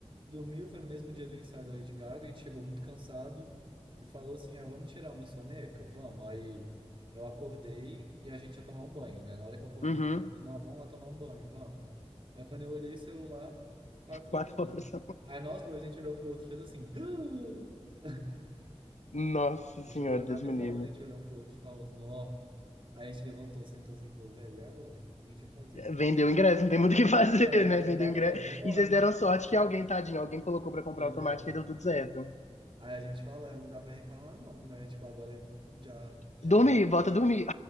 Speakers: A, on the right; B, on the left.
A: dormiu, foi no mesmo dia do ensaio da Lady Gaga, a gente chegou muito cansado e falou assim, ah, vamos tirar uma soneca? Vamos. Aí eu acordei e a gente ia tomar um banho, né? Na hora que eu acordei,
B: Uhum.
A: eu falei, não, vamos lá tomar um banho, vamos. Aí quando eu olhei o celular,
B: <laughs>
A: quatro
B: Quatro
A: da manhã.
B: horas.
A: Aí nós dois, a gente olhou um pro outro e fez assim, <gasps>
B: Nossa
A: juro,
B: senhora,
A: na
B: Deus
A: mesma
B: me livre.
A: hora a gente olhou um pro outro e falou, nó. Aí a gente levantou, sentou assim e falou, velho, e agora? O que a gente vai fazer?
B: Vendeu o ingresso, não tem muito o que fazer,
A: É, aí
B: né?
A: eu
B: Vendeu
A: falei,
B: o ingresso.
A: é, vambora.
B: E vocês deram sorte que alguém, tadinho, alguém colocou pra comprar
A: Pois
B: automático
A: é.
B: e deu tudo certo.
A: Aí a gente fala, "É, não dá pra reclamar não, né? Tipo, agora já, já...
B: Dormi, volta a dormir.